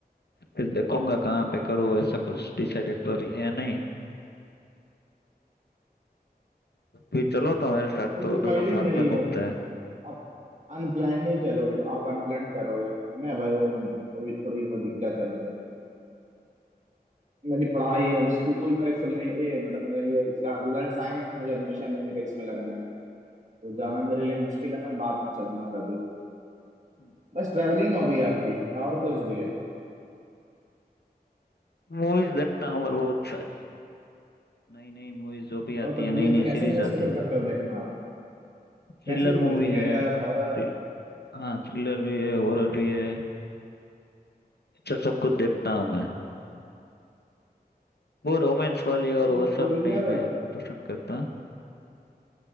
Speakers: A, on the left; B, on the right.
A: फिर देखूंगा कहाँ पे करूँ ऐसा कुछ डिसाइडेड तो अभी है नहीं भी चलो तो मेरे साथ तो
B: डिसाइडेड
A: दोनों साथ
B: नहीं
A: में घूमते
B: है
A: हैं
B: आप अनप्लान्ड ही चलोगे आप अनप्लान्ड करोगे नहीं भाई वो अभी थोड़ी वो दिक्कत है मुझे मेरी पढ़ाई अब स्कूल में खुलने ये मतलब मेरे ये एग्जाम रिजल्ट्स आए हैं मुझे एडमिशन लेने का इसमें लगना है तो जाना मेरे लिए मुश्किल है मैं बाद में चलूंगा कभी
A: हम्म,
B: बस ट्रैवलिंग हॉबी है आपकी और कुछ भी है
A: मूवीज देखता हूँ मैं बहुत सारी नई नई मूवीज जो भी
B: और
A: आती
B: तो मूवीज
A: है नई
B: में
A: नई
B: कैसी
A: सीरीज
B: मूवीज
A: आती
B: पसंद
A: है
B: करते हो देखना आप
A: थ्रिलर
B: कैसी मूवीज
A: मूवी
B: थ्रिलर
A: है
B: हॉरर
A: थ्रिल हाँ थ्रिलर भी है हॉरर भी है अच्छा सब कुछ देखता हूँ मैं वो रोमांस वाली और
B: ओ
A: वो सब
B: बढ़िया
A: नहीं मैं पसंद करता